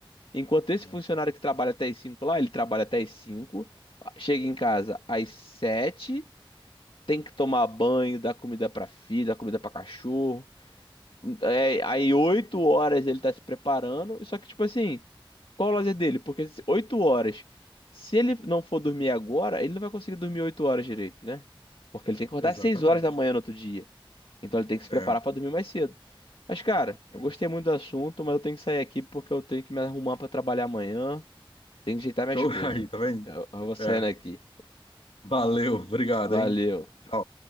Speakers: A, on the left (about 65°); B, on the left (about 80°).
A: Enquanto esse
B: né?
A: funcionário que trabalha até as 5 lá, ele trabalha até as cinco chega em casa às sete Tem que tomar banho, dar comida pra filho, dar comida pra cachorro, é, aí oito horas ele tá se preparando. Só que, tipo assim, qual o lazer dele? Porque se- oito horas. Se ele não for dormir agora, ele não vai conseguir dormir oito horas direito, né? Porque ele tem que acordar
B: Exatamente.
A: às seis horas da manhã no outro dia. Então ele tem que se
B: É,
A: preparar pra dormir mais cedo. Mas, cara,
B: é.
A: eu gostei muito do assunto, mas eu tenho que sair aqui porque eu tenho que me arrumar pra trabalhar amanhã. Tenho que ajeitar minhas
B: Show
A: coisas.
B: <laughs> aí, tá vendo?
A: Eu, eu vou saindo
B: É.
A: aqui.
B: Valeu, obrigado,
A: Valeu.
B: hein? Tchau.